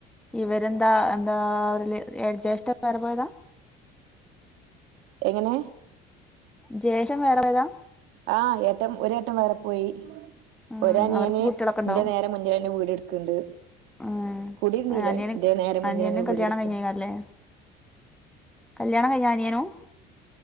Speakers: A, in the centre; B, on the right (about 80°).
A: ഇവരെന്താ എന്താ <unintelligible> ഏഹ് ജേഷ്ട്ടൻ വേറെ പോയതാ?
B: എങ്ങനെ?
A: ജേഷ്ടൻ വേറെ പോയതാ?
B: ആഹ് ഏട്ടൻ ഒരേട്ടൻ വേറെ പോയി,
A: ആഹ്
B: ഒരനിയന്
A: അവർക്ക് കുട്ടികളൊക്കെ ഉണ്ടോ
B: ഇന്റെ നേരെ മുന്നിലെന്നേ വീട് എട് ക്ക്ണ്ട്
A: ഏഹ്
B: കുടിന്നീല്ല
A: അനിയന്
B: ന്റെ നേരെ മുന്നിലന്നേ
A: അനിയനും
B: വീട്
A: കല്യാണം
B: എട്ക്ക്ന്ന്.
A: കഴിഞ്ഞേക്കാരല്ലേ കല്യാണം കഴിഞ്ഞാ അനിയനും?